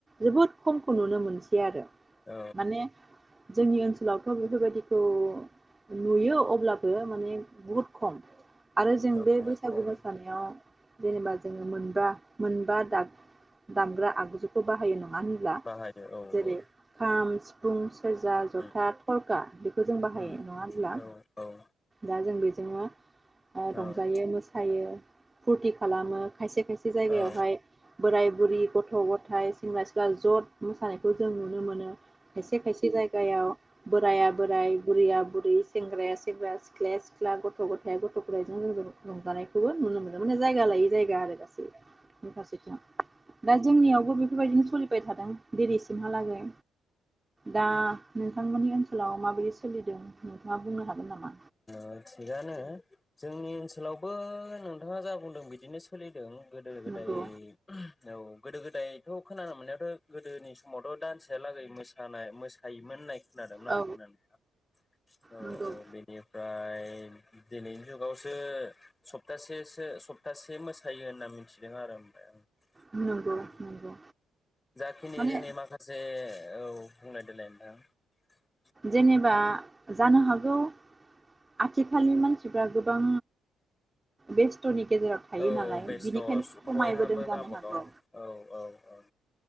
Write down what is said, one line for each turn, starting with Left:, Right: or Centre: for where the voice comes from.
Right: जोबोद खमखौ नुनो मोनसै आरो
Left: औ
Right: माने जोंनि ओनसोलावथ' बेफोरबायदिखौ नुयो अब्लाबो माने बहुद खम आरो जों
Left: औ
Right: बे बैसागु
Left: औ खम
Right: मोसानायाव जेनेबा जोङो मोनबा मोनबा दग दामग्रा आगजुखौ बाहायो न मानो होनब्ला
Left: बाहायो औ
Right: जेरै
Left: औ
Right: खाम, सि सिफुं सेरजा जथा
Left: उम
Right: थरखा बेखौ जों बाहायो
Left: उम
Right: नङा होनब्ला?
Left: औ औ
Right: दा जों बेजोंनो ओ रंजायो
Left: औ
Right: मोसायो फुरथि खालामो खायसे खायसे जायगायावहाय
Left: औ
Right: बोराय बुरि गथ' गथाइ सेंग्रा सिख्ला ज' मोसानायखौ जों नुनो मोनो खायसे खायसे जायगायाव बोराया बोराइ बुरैया बुरै सेंग्राया सेंग्राया सिख्लाया सिख्ला गथ‌' गथाया गथ <unintelligible> गाइजों लोगो रंजानायखौबो नुनो मोनदों माने जायगा लायै जायगा आरो गासै बे फारसेथिं दा जोंनियावबो बेफोरबायदिनो सोलिबाय थादों दिनिसिमहालागै। दा नोंथांमोननि ओनसोलाव माबायदि सोलिदों नोंथाङा बुंनो हागोन नामा?
Left: ओ थिगानो। जोंनि ओनसोलावबो नों नोङा जा बुंदों बिदिनो सोलिदों गोदो गोदाय
Right: नंगौ
Left: औ। गोदो गोदायथ' खोनानो मोननायाथ' गोदोनि समावथ' दानसेया लागै मोसा नाय मोसायोमोन होननाय खोनादोंमोन आं
Right: औ
Left: खोनानाया औ
Right: नंगौ
Left: बेनिफ्राय ए दिनैनि जुगावसो सप्तासेसो सप्तासे मोसायो होनना मिथिदों आरो ओमफाय आं।
Right: नंगौ
Left: <unintelligible>
Right: नंगौ
Left: जाखिनि
Right: माने
Left: जोंनि माखासे औ बुंनाय देलाय <unintelligible>
Right: जेनेबा जानो हागौ आथिखालनि मानसिफ्रा गोबां बेस्थनि गेजेराव थायो
Left: औ
Right: नालाय
Left: बेस्थ‌‌
Right: बिनिखायनो खमायबोदों
Left: बयहाबो
Right: जानो
Left: गावबागाव
Right: हागौ
Left: औ औ औ।